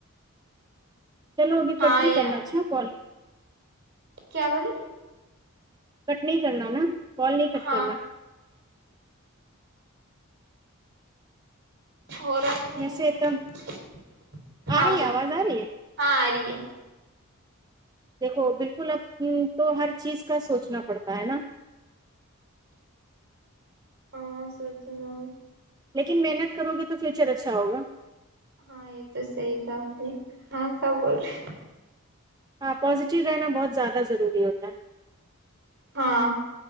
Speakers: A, on the right; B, on the right.
A: چلو ابھی
B: ہاں
A: کٹ نہیں
B: یا
A: کرنا اچھا کال
B: کیا بولے
A: کٹ نہیں کرنا نا کال نہیں کٹ
B: ہاں
A: کرنا
B: ہو رہا ہی نہیں
A: ویسے
B: ہ
A: تب آ
B: ہاں
A: رہی
B: بول
A: ہے آواز آ رہی ہے
B: ہاں آ رہی ہے
A: دیکھو بالکل اب تو ہر چیز کا سوچنا پڑتا ہے نا
B: ہاں سوچ نام <unintelligible>
A: لیکن محنت کرو گے تو پھر اچر اچھا ہوگا <unintelligible>
B: ہاں یہ تو صحی کہپ نے کہاں کہ بول رہے
A: آپ <unintelligible> پوازیٹیو رہنا بہت زیادہ ضوری ہے س <unintelligible>
B: ہاں